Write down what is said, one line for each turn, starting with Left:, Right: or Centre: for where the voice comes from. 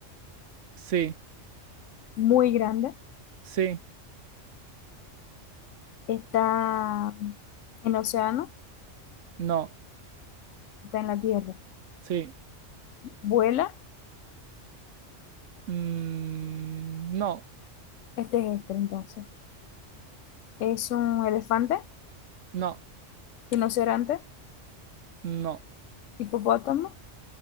Right: Sí,
Left: muy grande.
Right: sí,
Left: Está en océano,
Right: no,
Left: está en la tierra.
Right: sí.
Left: Vuela,
Right: mm, no,
Left: este es este entonces. Es un elefante,
Right: no,
Left: rinoceronte,
Right: no,
Left: hipopótamo,